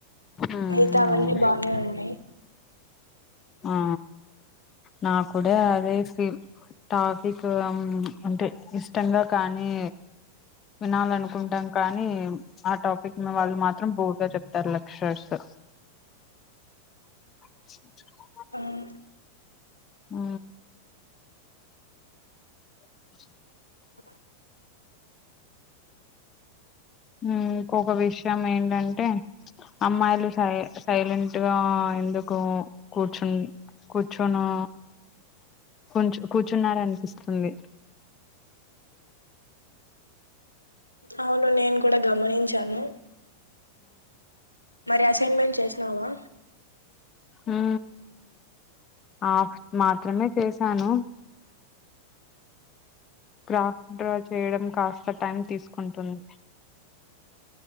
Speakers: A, on the left; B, on the left.
A: ఉమ్
B: మిగతావన్నీ
A: అవును.
B: బానే ఉన్నాయి
A: ఆ నా కూడా అదే ఫీల్ టాఫిక్ అంటే ఇష్టంగా కానీ వినాలనుకుంటాం కానీ ఆ టాపిక్ మీ వాళ్ళు మాత్రం బోర్ గా చెప్తారు చేస్తా <unintelligible>
B: అవును
A: ఆ <unintelligible>
B: అ
A: ఇంకొక విషయం ఏంటంటే అమ్మాయిలు సై సైలెంట్ సైలెంట్ గా ఎందుకో కూర్చు కూర్చొనో కూచు కూర్చున్ననిపిస్తుంది
B: అవును నేను కూడా గమనించాను మరి అసైన్మెంట్ చేసినావా
A: ఊ ఆఫ్ మాత్రమే చేసాను గ్రాఫ్ డ్రా చేయడం కాస్త టైం తీసుకుంటుంది